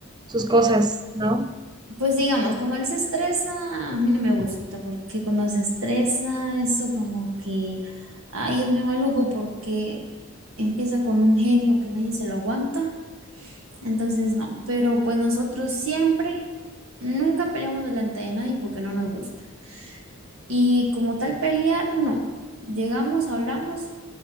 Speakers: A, on the right; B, on the right.
A: sus cosas, ¿no?
B: Pues digamos, cuando él se estresa, a mí no me gusta, porque cuando se estresa, eso como que, ay, es muy maluco porque empieza con un genio que nadie se lo aguanta. Entonces, no, pero pues nosotros siempre, nunca peleamos delante de nadie porque no nos gusta. Y como tal pelear, no. Llegamos, hablamos,